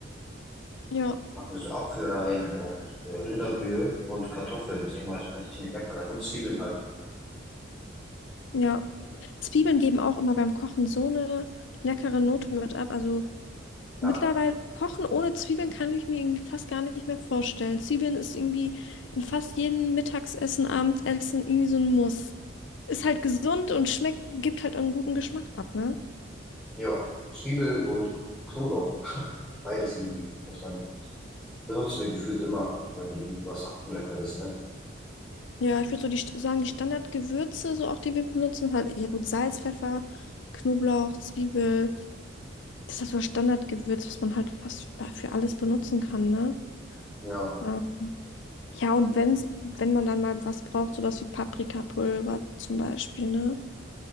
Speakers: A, on the left; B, in the centre.
A: Ja,
B: Machen wir so Apfel rein und äh, Rinderbrühe und Kartoffeln. Ich denke mal, das wird eigentlich ziemlich lecker sein. Und Zwiebeln halt.
A: ja. Zwiebeln geben auch immer beim Kochen so eine leckere Note mit ab. Also
B: Ja,
A: Mittlerweile kochen ohne Zwiebeln kann ich mir irgendwie fast gar nicht mehr vorstellen. Zwiebeln ist irgendwie in fast jedem Mittagsessen, Abendessen irgendwie so ein Muss. Ist halt gesund und schmeckt, gibt halt einen guten Geschmack ab, ne?
B: ja, Zwiebel und Knoblauch. <laughs> Beides irgendwie muss man, benutzen wir gefühlt immer, wenn wir irgendwie was kochen, Leckeres, ne?
A: Ja, ich würde so die, St- sagen, die Standardgewürze, so auch die wir benutzen, halt, ja gut, Salz, Pfeffer, Knoblauch, Zwiebel. Das ist halt so das Standardgewürz, was man halt fast bei- für alles benutzen kann, ne?
B: Ja,
A: Ja, ja und wenn's, wenn man dann mal was braucht, sowas wie Paprikapulver zum Beispiel, ne?